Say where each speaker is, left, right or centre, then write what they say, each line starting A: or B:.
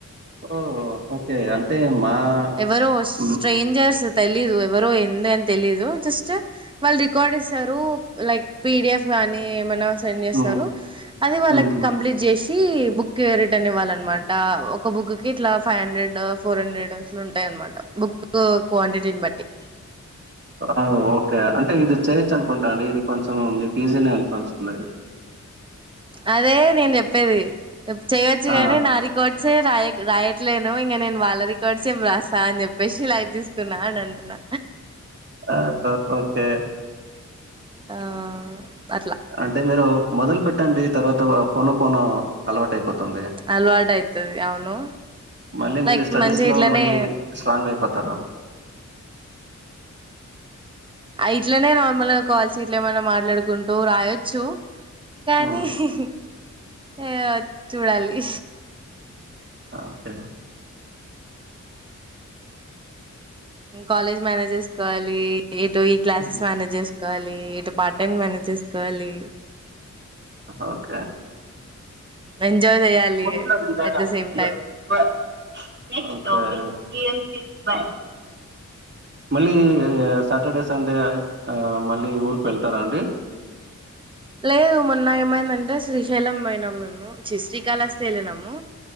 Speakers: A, on the right; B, on the right.
A: ఓహో ఒకే అంటే మా
B: ఎవరో స్ట్రేంజర్స్
A: హ్మ్.
B: తెలీయదు ఎవరో ఎంది అని తెలీదు జస్ట్ వాళ్ళు రికార్డ్ ఇస్తారు లైక్ పిడిఎఫ్ గాని ఏమి అన్నా సెండ్ చేస్తారు
A: హ్మ్.
B: అది వాళ్ళకి
A: హుహు.
B: కంప్లీట్ చేస్ కి బుక్ రిటర్న్ ఇవ్వాలన్నమాట ఒక బుక్కి ఇట్లా ఫైవ్ హండ్రెడ్ ఫోర్ హండ్రెడ్ అట్లు ఉంటాయి అన్నమాట బుక్ క్వాంటిటీని బట్టి
A: ఆ ఓకే అంటే ఇది చేయొచ్చు అనుకుంటా అండి ఇది కొంచెం మీకు ఈజీనే అని వోస్తుంది
B: అదే నేను చెప్పేది చేయొచ్చు కాగాని
A: ఆ!
B: నా రికార్డ్స్ రాయ్ రాయ్ క్లేను ఇంక నేను వాళ్ళ రికార్డ్స్ ఏం రాస్తా అని చెప్పేసి లైట్ తీసుకున్నా అని అంటున్నా
A: ఆ ఓకే
B: ఆ అట్లా
A: అంటే మీరు మొదలు పెట్టండి తర్వాత పొను పొను అలవాటు అయిపోతుంది
B: అలవాటు అవుతుది అవును
A: మళ్ళీ
B: లైక్
A: మీరు స్టడీస్
B: మంచి గ
A: లో
B: ఇట్లనే
A: మళ్ళీ స్ట్రాంగ్ అయిపోతారు
B: అయి ఇట్లనే నార్మల్ గా కాల్స్ ఇట్ల ఏమన్నా మాట్లాడుకుంటూ రాయొచ్చు కానీ
A: హ్మ్.
B: హుహు ఏ చూడాలి
A: ఓకే
B: కాలేజ్ మేనేజ్ చేసుకోవాలి ఎటో ఈ క్లాసెస్
A: హ్మ్.
B: మేనేజ్ చేసు కోవాలి ఇటు పార్ట్ టైమ్ మేనేజ్ చేసుకోవాలి
A: ఓకే
B: ఎంజోయ్ చేయాలి
A: ఒకే
B: అట్ ద సేమ్ టైం
A: మళ్ళీ సాటర్డే సండే మళ్ళీ ఊరికి వెళ్తారా అండి
B: లేదు మొన్న ఏమైందంటే శ్రీశైలం పోయినాం మేము చి శ్రీకాళాహస్తి వెళ్ళినము